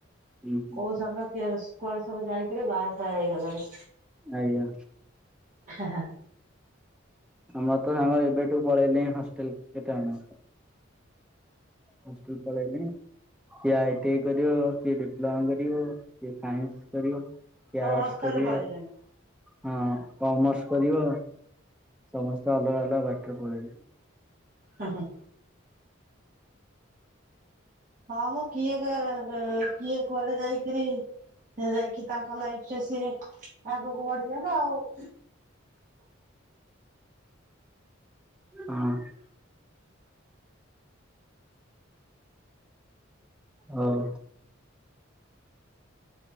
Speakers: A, in the centre; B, on the right (about 40°).
A: ହୁଁ ହୁଁ
B: କୋଉ ସାଙ୍ଗ କୁଆଡେ ସବୁ ଜାଣିକରି ବାହାସହା ହେଇଗଲାଣି।
A: ଆଜ୍ଞା।
B: ହଁ ହଁ।
A: ଆମର ତ ସାଙ୍ଗ ଏବେଠୁ ପଳେଇଲେ ହିଁ ହଷ୍ଟେଲ କେତେ ଜଣ। ହଷ୍ଟେଲ ପଳେଇଲେନି। କିଏ ଆଇଟି ଆଇ କରିବ କିଏ ଡିପ୍ଲୋମା କରିବ କିଏ ସାଇନ୍ସ କରିବ। କିଏ
B: ସବୁ
A: ଆର୍ଟ୍ସ୍
B: ହଷ୍ଟେଲ
A: କରିବ।
B: ପଳେଇଲେଣି।
A: ହଁ କମର୍ସ କରିବ ସମସ୍ତେ ଅଲଗା ଅଲଗା ବାଟରେ ପଳେଇଲେନି।
B: ହୁଁ ହୁଁ। ହଁ ମୁଁ କିଏ କିଏ କୁଆଡେ ଯାଇ ପ୍ରି ଯାଇକି ତାଙ୍କ ଲାଇଫ ରେ ସିଏ ଆଗକୁ ବଢିବେନା ଆଉ।
A: ହଁ। ହଉ।